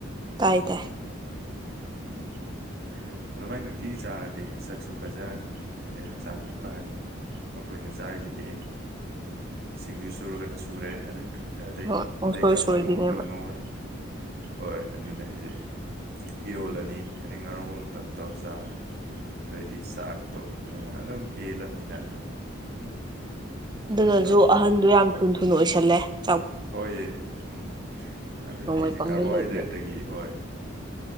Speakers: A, on the right; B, on the right.
A: ꯇꯥꯢ ꯇꯥꯢ
B: ꯎꯝ ꯑꯗꯨꯃꯥꯏ ꯅꯨꯡꯇꯤꯒꯤ ꯆꯥꯔꯗꯤ ꯁꯛꯁꯨ ꯐꯖꯔꯅꯤ ꯑꯗꯩ ꯍꯛꯆꯥꯡꯁꯨ ꯐꯔꯅꯤ ꯑꯩꯈꯣꯏꯅ ꯆꯥꯔꯤꯁꯤꯗꯤ ꯁꯤꯡꯖꯨ ꯁꯨꯔꯒꯅ ꯁꯨꯔꯦ ꯑꯗꯩ ꯑꯇꯩ
A: ꯍꯣꯏ ꯄꯨꯡꯁꯣꯏ
B: ꯑꯇꯩ ꯀꯥꯡꯍꯧ
A: ꯁꯣꯏꯕꯤꯅꯦꯕ
B: ꯉꯧꯔꯒꯅ ꯉꯧꯔꯦ ꯍꯣꯏ ꯑꯗꯨꯅꯦ ꯍꯥꯏꯁꯦ ꯏꯔꯣꯜꯂꯅꯤ ꯑꯗꯩꯩ ꯉꯥꯔꯧ ꯑꯃ ꯇꯛ ꯇꯧꯔ ꯆꯥꯔꯅꯤ ꯑꯗꯩꯩꯗꯤ ꯆꯥꯛꯇꯣꯅ ꯑꯗꯨꯝ ꯍꯦꯜꯂꯕꯅꯤꯅ
A: ꯑꯗꯨꯅꯁꯨ
B: ꯑꯗꯨꯝ
A: ꯑꯍꯟꯗꯣ ꯌꯥꯝ ꯊꯨꯅ ꯊꯨꯅ ꯑꯣꯏꯁ <unintelligible>
B: ꯍꯣꯏꯑꯦ ꯎꯝ ꯑꯗꯨꯅꯦ
A: ꯅꯣꯡꯃꯩ
B: ꯑꯩꯁꯦ
A: ꯄꯪꯂꯩ
B: ꯀꯥꯔꯕꯣꯍꯥꯏꯗ꯭ꯔꯦꯠꯇꯒꯤ
A: ꯂꯩꯕꯗ
B: ꯍꯣꯏ